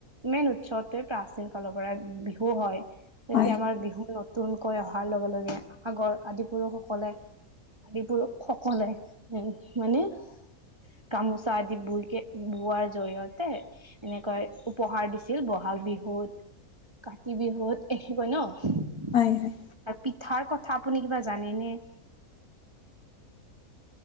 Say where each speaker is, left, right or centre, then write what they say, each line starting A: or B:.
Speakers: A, on the right; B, on the left.
A: মেইন উৎসত। তে প্ৰাচীন কালৰ পৰাই বিহু হয়, যেতিয়া
B: হয়
A: আমাৰ বিহু ন তুনকৈ অহাৰ লগে লগে আগৰ আদি পুৰুষসকলে আদি পুৰুষসকলে উ মানে? গামোচা আদি বইকে বোৱাৰ জৰিয়তে। এনেকৈ উপহাৰ দিছিল। বহ ভাল বিহুত, কাতি বিহুত এনে কয় ন।
B: হয়, হয়।
A: আৰু পিঠাৰ কথা আপুনি কিবা জানেনেে?